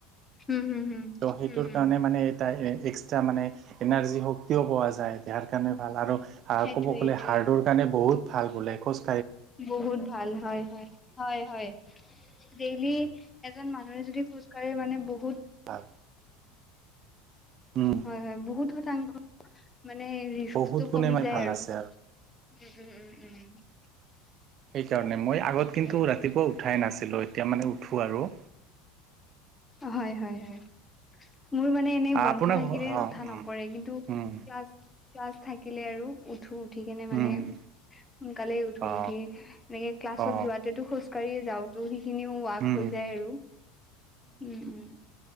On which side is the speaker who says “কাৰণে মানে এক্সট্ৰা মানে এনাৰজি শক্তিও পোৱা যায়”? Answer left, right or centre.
Right